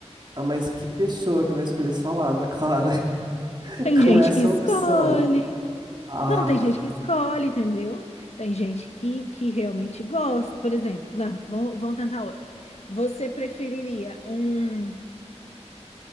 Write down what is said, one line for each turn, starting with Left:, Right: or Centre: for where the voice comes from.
Right: Ah, mas que pessoa que vai escolher salada, Clara, <laughs>
Left: Tem gente
Right: com essa
Left: que escolhe.
Right: opção? Ah,
Left: Não, tem gente que escolhe, entendeu? Tem gente que, que realmente gosta. Por exemplo, não, vamos, vamos tentar outro. Você preferiria um-